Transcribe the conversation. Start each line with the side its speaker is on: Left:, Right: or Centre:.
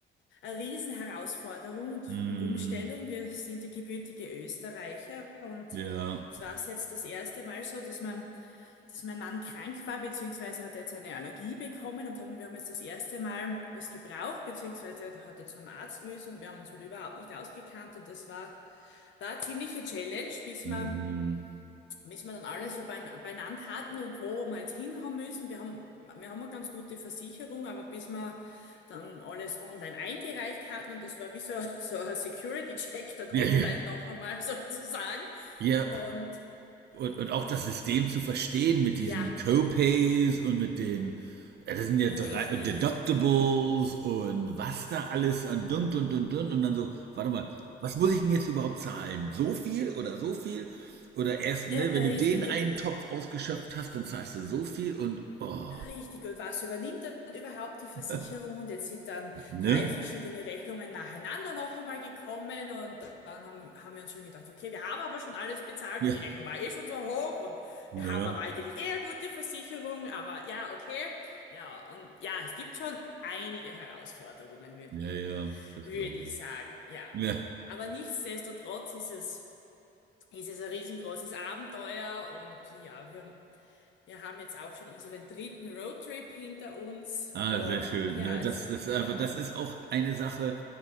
Left: eine Riesenherausforderung und,
Right: mh,
Left: und Umstellung. Wir sind ja gebürtige Österreicher und
Right: ja,
Left: es war jetzt das erste Mal so, dass man dass mein Mann krank war, beziehungsweise hat er jetzt eine Allergie bekommen und haben, wir haben jetzt das erste Mal was gebraucht, beziehungsweise hat er zum Arzt müssen und wir haben uns halt überhaupt nicht ausgekannt und das war, war eine ziemliche Challenge, bis
Right: mhm.
Left: wir, bis wir dann alles so bein, beieinander hatten und wo wir jetzt hin haben müssen. Wir haben, wir haben eine ganz gute Versicherung, aber bis wir dann alles online eingereicht hatten und das war wie so, so ein Security-Check dann
Right: Ja,
Left: online
Right: ja,
Left: noch einmal <laughs> sozusagen
Right: ja.
Left: und
Right: Und, und auch das System zu verstehen mit
Left: ja,
Right: diesen Copays und mit den, ja, das sind ja drei
Left: richtig.
Right: Deductibles und was da alles an dun dun dun dun und dann so, warte mal, was muss ich denn jetzt überhaupt zahlen? So viel oder so viel? Oder erst,
Left: Äh,
Right: ne, wenn du
Left: Richtig,
Right: den einen
Left: und
Right: Topf ausgeschöpft hast, dann zahlst du so viel und oh,
Left: Richtig, und was übernimmt dann überhaupt die Versicherung?
Right: <laughs>
Left: Und jetzt sind dann
Right: ne?
Left: drei verschiedene Rechnungen nacheinander noch einmal gekommen und dann haben, haben wir uns schon gedacht, okay, wir haben aber schon alles bezahlt
Right: Ja,
Left: und die Rechnung war eh schon so hoch und
Right: ne?
Left: wir haben aber eigentlich eher gute Versicherung, aber ja, okay. Ja, und ja, es gibt schon einige Herausforderungen, würde
Right: Ja, ja, das
Left: würd
Right: glaube
Left: ich sagen, ja.
Right: ich. Ja.
Left: Aber nichtsdestotrotz ist es, ist es ein riesengroßes Abenteuer und ja, wir wir haben jetzt auch schon unseren dritten Roadtrip hinter uns
Right: Ah,
Left: und
Right: sehr schön.
Left: ja,
Right: Ne? Das
Left: es,
Right: ist
Left: ja,
Right: einfach, das ist auch eine Sache,